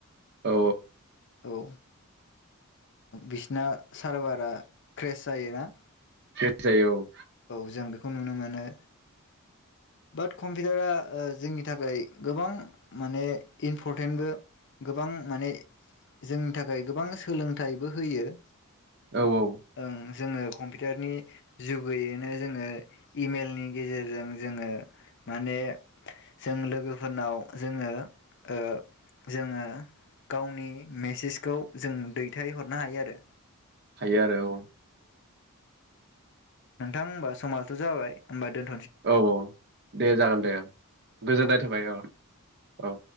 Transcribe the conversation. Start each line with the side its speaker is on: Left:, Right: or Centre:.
Right: औ
Left: औ। बिसिना सारभारा क्रेस जायोना
Right: क्रेस जायो औ।
Left: औ जों बेखौ नुनो मोनो बाट कम्पिउटारा जोंनि थाखाय गोबां माने इम्परटेन्टबो गोबां माने जोंनि थाखाय गोबां सोलोंथाइबो होयो
Right: औ औ
Left: ओं जोङो कम्पिउटारनि जुगैयैनो जोङो इमेलनि गेजेरजों जोङो माने जों लोगोफोरनाव जोङो ओ जोङो गावनि मेसेजखौ जों दैथायहरनो हायो आरो
Right: हायो आरो औ।
Left: नोंथां होमबा समाथ जाबाय ओमबा दोन
Right: औ औ दे जागोन दे गोजोननाय थाबाय औ औ